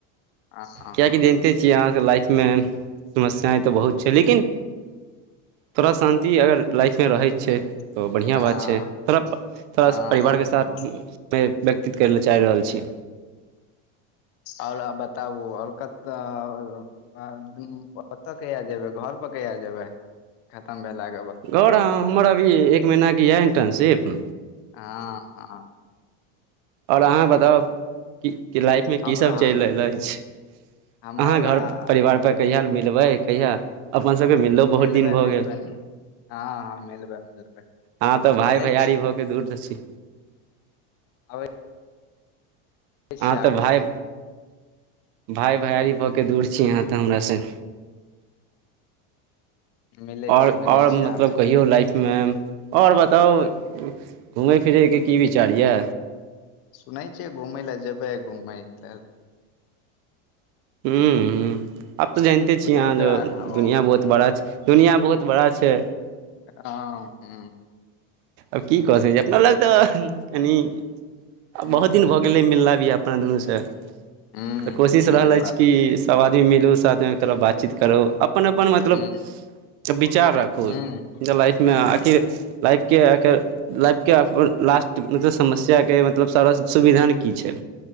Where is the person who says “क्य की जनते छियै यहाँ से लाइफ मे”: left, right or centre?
Right